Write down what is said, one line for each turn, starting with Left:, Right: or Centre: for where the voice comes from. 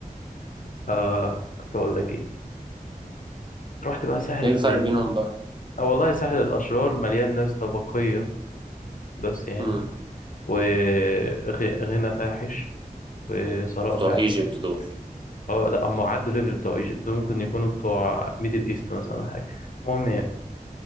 Left: آه كنت اقول لك ايه رحت بقى ساحل
Right: ايه
Left: الطيبين
Right: الفرق بينهم بقى
Left: اه والله ساحل الاشرار مليان ناس طبقيه بس يعني
Right: امم
Left: وغنى فاحش وثراء
Right: بتوع
Left: فاحش
Right: ايجيبت دول
Left: اه لا هم عدوا ليفل بتوع ايجيبت ممكن يكونوا بتوع ميدل ايست مثلا ولا حاجه المهم يعني